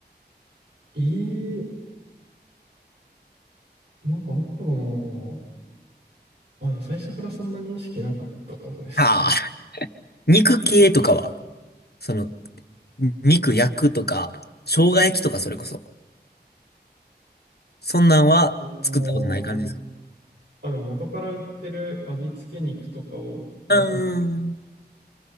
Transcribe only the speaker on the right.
ええなんかあったかな。まあ、でも最初からそんな認識なかったかもですね。
あのあ、でも元から売ってる味付け肉とかを焼く。